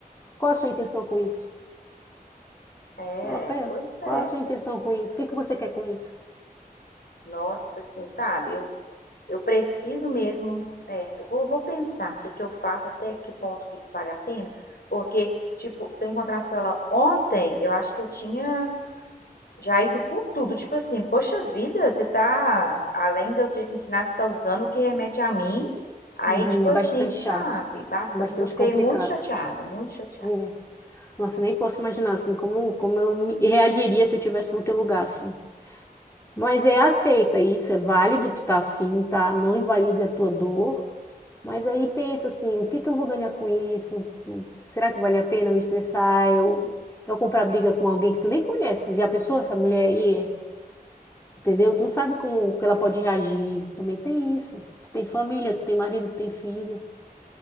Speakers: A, on the left; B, on the left.
A: Qual a sua intenção com isso?
B: é,
A: Fala para ela.
B: pois é.
A: Qual a sua intenção com isso? O que que você quer com isso?
B: Nossa, assim, sabe? Eu, eu preciso mesmo, é, eu vou, vou pensar o que que eu faço, até que ponto que isso vale a pena, porque, tipo, se eu encontrasse com ela ontem, eu acho que eu tinha. Já ido com tudo, tipo assim, poxa vida, você tá, além de eu ter te ensinado, você tá usando o que remete a mim. Aí,
A: Uhum,
B: tipo assim,
A: é bastante
B: sabe,
A: chato,
B: bastante.
A: bastante
B: Eu fiquei
A: complicado.
B: muito chateada, muito chateada.
A: Minha. Nossa, eu nem posso imaginar assim como, como eu me- reagiria se eu tivesse no teu lugar, assim. Mas é aceita isso, é válido, tu tá assim, tá? Não invalide a tua dor. Mas aí pensa assim, o que que eu vou ganhar com isso? Será que vale a pena eu me estressar? Eu, eu comprar briga com alguém que tu nem conhece. Já pensou essa mulher aí? é, Entendeu? Tu não sabe como que ela pode reagir. Também tem isso. Tu tem família, tu tem marido, tu tem filho.